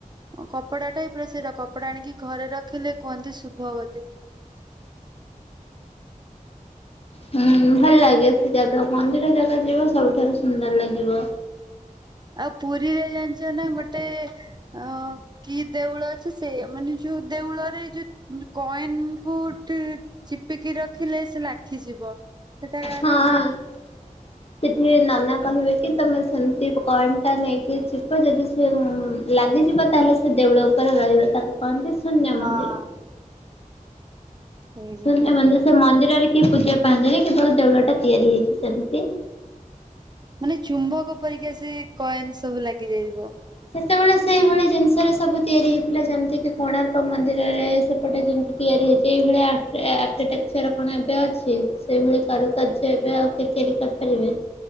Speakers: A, on the right (about 30°); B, on the left (about 45°).
A: କପଡା ଟାଇପ ର ସେଟା କପଡା ଆଣିକି ଘରେ ରଖିଲେ କୁହନ୍ତି ଶୁଭ ବୋଲି।
B: ହୁଁ ଭଲ ଲାଗେ ସେ ଜାଗା ମନ୍ଦିର ଜାଗା ଯିବ ସବୁଠାରୁ ସୁନ୍ଦର ଲାଗିବ।
A: ଆଉ ପୁରୀରେ ଜାଣିଛ ନା ଗୋଟେ ଅ କି ଦେଉଳ ଅଛି ସେ ମାନେ ଯୋଉ ଦେଉଳରେ ଯୋଉ କଏନ କୁ ତୁ ଚିପିକି ରଖିଲେ ସେ ଲାଖିଯିବ। ସେଟା
B: ହଁ। ସେଠି ନାନା କହିବେ। କି ତମେ ସେମତି କଏନ ତା ନେଇକି ଚିପ ଯଦି ସେ ଲାଗିଯିବ ତାହେଲେ ସେ ଦେଉଳ ଉପରେ ରହିବ ତାକୁ କହନ୍ତି ସୁନ୍ୟ
A: ହଁ
B: ମନ୍ଦିର।
A: ସେମିତି।
B: ଶୂନ୍ୟ ମନ୍ଦି ସେ ମନ୍ଦର ରେ କି ପୂଜା ପାନ୍ତିନି। କେବଳ ଦଉଳ ଟା ତିଆରି ହେଇଚି ସେମିତି।
A: ମାନେ ଚୁମ୍ବକ ପରିକା କଏନ୍ ସବୁ ଲାଗିଯାଇବ।
B: ସେତେବେଳେ ସେଇଭଳି ଜିନିଷରେ ସବୁ ତିଆରି ହେଇଥିଲା ଯେମିତିକି କୋଣାର୍କ ମନ୍ଦିରରେ ସେପଟେ ଯେମିତି ତିଆରି ହେଇଚି ଏଇଭଳିଆ ଆର୍କିଟେକ୍ଚର କଣ ଏବେ ଅଛି? ସେଇଭଳି କାରୁକାର୍ଯ୍ୟ ଏବେ ଆଉ ତିଆରି କରିପାରିବେ।